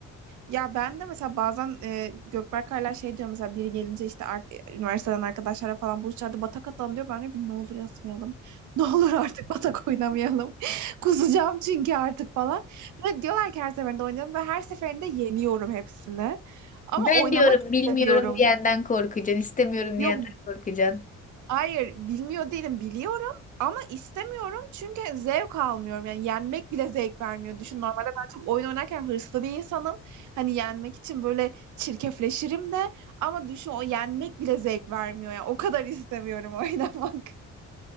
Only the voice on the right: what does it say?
Ya ben de mesela bazen e, Gökberk hala şey diyor mesela biri gelince işte ar- üniversiteden arkadaşlarla falan buluşacağız hadi batak atalım diyor. Ben de bir ne olur yatmayalım. <laughs> Ne olur artık batak oynamayalım. <laughs> Kusacağım çünkü artık falan. Ve diyorlar ki her seferinde oynayalım ve her seferinde yeniyorum hepsini. Ama
oynamak
istemiyorum.
Yok
Hayır, bilmiyor değilim, biliyorum ama istemiyorum çünkü zevk almıyorum. Yani yenmek bile zevk vermiyor. Düşün normalde ben çok oyun oynarken hırslı bir insanım. Hani yenmek için böyle çirkefleşirim de ama düşün o yenmek bile zevk vermiyor ya. O kadar istemiyorum <laughs> oynamak.